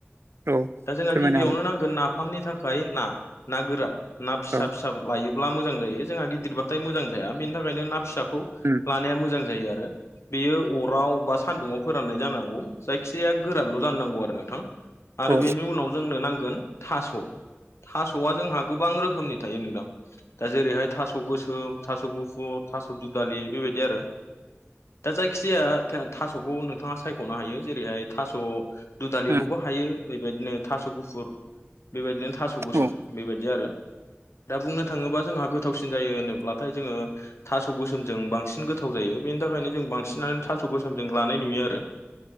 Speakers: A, on the right; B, on the left.
A: औ
B: दा जोंहा
A: फोरमायनो
B: गिबियावनो
A: हागोन
B: नांगोन नाफामनि थाखाय ना ना गोरान ना फिसा
A: औ
B: फिसा लायो ब्ला मोजां जायो जोंहा गिदिरबाथाय मोजां जाया बेनि थाखायनो ना फिसाखौ
A: उम
B: लानाया मोजां जायो आरो बेयो अराव बा सान्दुंङाव फोराननाय जानांगौ जायखिजाया गोरानल' जानो नांगौ आरो नोंथां आरो
A: औ
B: बेनि उनाव जोंनो नांगोन थास' थास'आ जोंहा गोबां रोखोमनि थायो नोंथां दा जेरैहाय थास' गोसो औ थास' गुफुर थास' दुदालि बेबायदि आरो दा जायखि जाया थास'खौ नोंथाङा सायख'नो हायो जेरैहाय थास' दुदालिखौबो
A: उम
B: हायो बेबायदिनो थास' गुफुर बेबायदिनो थास' गोसोम
A: औ
B: बेबायदि आरो दा बुंनो थाङोबा जोंहा गो गोथावसिन जायो होनोब्लाथाय जोंङो थास' गोसोमजों बांसिन गोथाव जायो बेनि थाखायनो जों बांसिनानो थास' थास गोसोम जों लानाय नुयो आरो